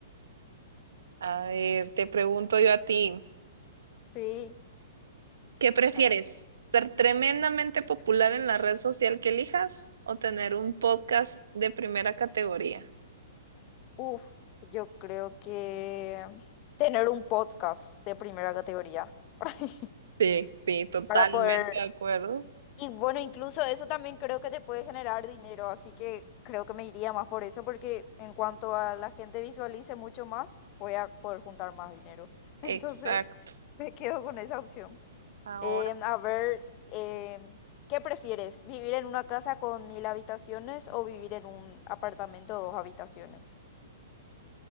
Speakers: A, on the right; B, on the left.
A: A ver, te pregunto yo a ti,
B: Sí.
A: ¿qué prefieres?
B: ah,
A: ¿Ser tremendamente popular en la red social que elijas o tener un podcast de primera categoría?
B: Uf, yo creo que tener un podcast de primera categoría. <laughs>
A: Sí, sí, totalmente
B: Para poder...
A: de acuerdo.
B: Y bueno, incluso eso también creo que te puede generar dinero, así que creo que me iría más por eso, porque en cuanto a la gente visualice mucho más, voy a poder juntar más dinero. <laughs> Entonces,
A: Exacto.
B: me quedo con esa opción.
A: Ahora.
B: Em, a ver, em, ¿qué prefieres? ¿Vivir en una casa con mil habitaciones o vivir en un apartamento de dos habitaciones?